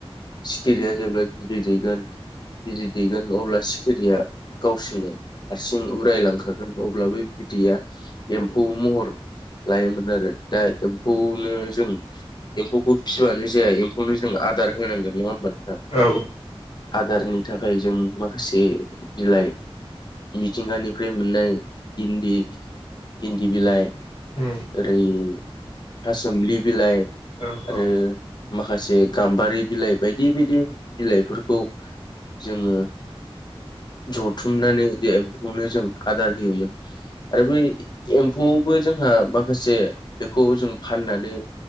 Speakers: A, on the left; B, on the left.
A: सिखिरिया जेब्ला बिदै दैगोन बिदै दैगोन अब्ला सिखिरिया गावसोरनो हारसिं उरायलांखागोन अब्ला बिदैया एम्फौ महर लायोमोन आरो दा एम्फौनो जों एम्फौखौ फिसिबानो जाया एम्फौनो जों आदार होनांगोन नङा होमबा?
B: औ
A: आदारनि थाखाय जों माखासे बिलाइ मिथिंगानिफ्राय मोननाय इन्दि इन्दि बिलाइ
B: औ उम औ
A: ओरै थासोमलि बिलाइ
B: औ
A: आरो
B: औ
A: माखासे गाम्बारि बिलाइ बायदि बायदि बिलाइफोरखौ जोङो जथुमनानै एम्खौनो जों आदार होयोमोन आरो बै एम्फौआवबो जोंहा माखासे बेखौ जों फाननानै